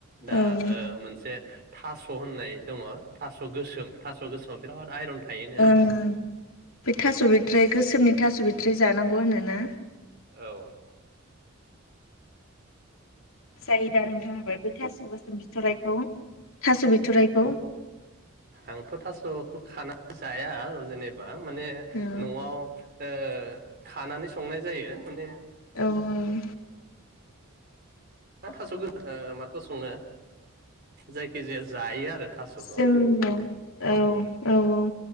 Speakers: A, on the right (about 45°); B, on the left (about 70°).
A: दा
B: ओं
A: ओ मोनसे थास होननाय दङ थास गोसोम थास गोसोमाव बिराद आइरन थायोनो
B: ओं
A: आरो माने
B: ओं बे थास बिथराय गोसोमनि थास बिथ <unintelligible> जानांगौ होनोना
A: औ।
B: जाय दा नोंथाङाय बे थास गोसोम बिथरखौ थास बिथरायखौ
A: आंथ' थास'खौ खाना जाया जेने बा माने
B: औ
A: न'आव ओ खानानै संनाय जायो माने
B: औ औ
A: मा थास'गोन माखौ सङो जायखि जाया जायो आरो थास'खौ
B: जों औ औ औ औ।